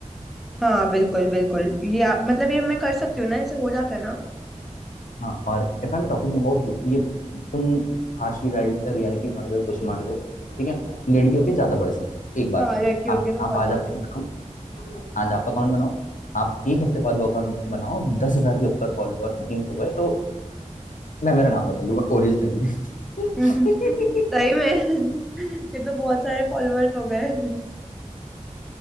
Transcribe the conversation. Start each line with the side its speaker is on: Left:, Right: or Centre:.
Centre: हाँ बिल्कुल बिल्कुल ये आप मतलब ये मैं कर सकती हूँ ना ऐसे हो जाता है ना
Left: हाँ और if I am talking about you ये तुम हार्श रियलिटी मान लो कुछ मान लो ठीक है लड़कियों के ज्यादा बढ़ सकते हैं एक बार
Centre: हाँ
Left: में
Centre: लड़कियों
Left: आप
Centre: के तो
Left: आप
Centre: बहुत
Left: आज
Centre: जल्दी
Left: अकाउंट बनाओ आज आप अकाउंट बनाओ आप एक हफ्ते बाद वो अकाउंट बनाओ दस हजार के ऊपर फॉलोअर नहीं हो गए तो मैं मेरा नाम बदल दूंगा ओरिजिनली <laughs>
Centre: <laughs> सही में <laughs> ये तो बहुत सारे फॉलोअर्स हो गए